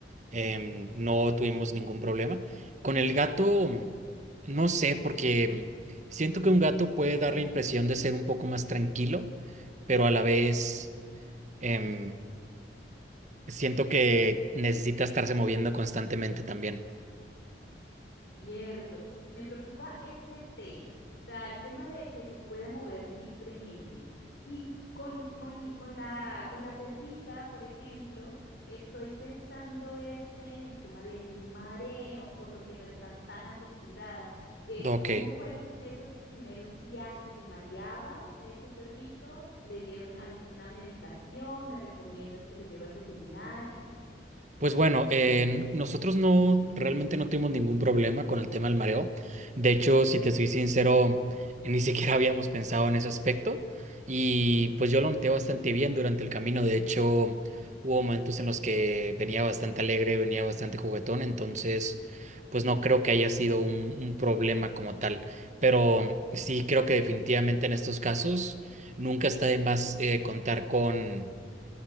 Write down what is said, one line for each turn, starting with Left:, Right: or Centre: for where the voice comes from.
Right: em, no tuvimos ningún problema. Con el gato, no sé, porque siento que un gato puede dar la impresión de ser un poco más tranquilo, pero a la vez... em, Siento que necesita estarse moviendo constantemente también.
Left: Cierto, me preocupa ese tema, o sea, el tema de que se pueda mover libremente. Y con, con, con la, con la perrita, por ejemplo, estoy pensando es en el tema del mareo, por lo que no está tan acostumbrada. Eh,
Right: Ok,
Left: ¿cómo fueron esos primeros viajes? ¿Se mareaba eh, tu perrito? ¿Le dieron alguna medicación? ¿Me recomiendas que lo lleve al veterinario?
Right: Pues bueno, en- nosotros no realmente no tuvimos ningún problema con el tema del mareo. De hecho, si te soy sincero, <laughs> ni siquiera habíamos pensado en ese aspecto. Y pues yo lo noté bastante bien durante el camino. De hecho, hubo momentos en los que venía bastante alegre, venía bastante juguetón. Entonces, pues no creo que haya sido un, un problema como tal. Pero sí creo que definitivamente en estos casos nunca está de más eh, contar con,